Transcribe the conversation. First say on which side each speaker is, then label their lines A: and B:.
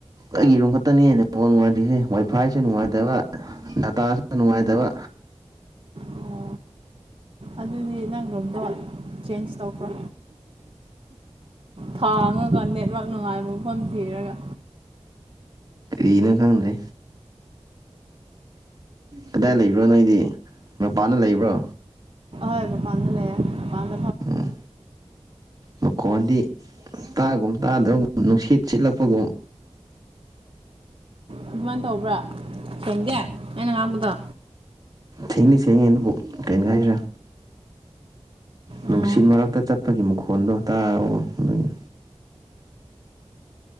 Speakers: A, on the right; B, on the right.
A: ꯑꯩꯒꯤ ꯔꯨꯝ ꯈꯛꯇꯅꯤ ꯅꯦꯠꯋꯛ ꯅꯨꯡꯉꯥꯏꯔꯤꯁꯦ ꯋꯥꯏꯐꯥꯏꯁꯨ ꯅꯨꯡꯉꯥꯏꯇꯕ ꯗꯇꯥꯁꯨ ꯅꯨꯡꯉꯥꯏꯇꯕ
B: ꯑꯧ ꯑꯗꯨꯗꯤ ꯅꯪꯔꯨꯝꯗꯣ ꯆꯦꯟꯖ ꯇꯧꯈ꯭ꯔꯣ ꯊꯥꯡꯉꯒ ꯅꯦꯠꯋꯛ ꯅꯨꯡꯉꯥꯏꯕ ꯃꯐꯝ ꯊꯤꯔꯒ
A: ꯀꯔꯤꯅꯣ ꯈꯪꯗꯦ ꯀꯗꯥꯏ ꯂꯩꯕ꯭ꯔꯣ ꯅꯣꯏꯗꯤ ꯃꯄꯥꯟꯗ ꯂꯩꯕ꯭ꯔꯣ
B: ꯍꯣꯏ ꯃꯄꯥꯟꯗ ꯂꯩꯌꯦ ꯃꯄꯥꯟ
A: ꯎꯝ ꯃꯈꯣꯟꯗꯤ ꯇꯥꯒꯨꯝ ꯇꯥꯗꯕꯒꯨꯝ ꯅꯨꯡꯁꯤꯠ ꯁꯤꯠꯂꯛꯄꯒꯨꯝ
B: ꯑꯗꯨꯃꯥꯏꯅ ꯇꯧꯕ꯭ꯔꯥ ꯁꯦꯡꯗꯦ ꯑꯩꯅ ꯉꯥꯡꯕꯗꯣ
A: ꯁꯦꯡꯗꯤ ꯁꯦꯡꯉꯦ ꯑꯗꯨꯕꯨ ꯀꯩꯉꯦ ꯍꯥꯏꯁꯤ꯭ꯔꯥ ꯅꯨꯡꯁꯤꯠ
B: ꯑꯥ
A: ꯃꯔꯛꯇ ꯆꯠꯄꯒꯤ ꯃꯈꯣꯟꯗꯣ ꯇꯥꯎ ꯋꯣ ꯑꯗꯨꯒꯤ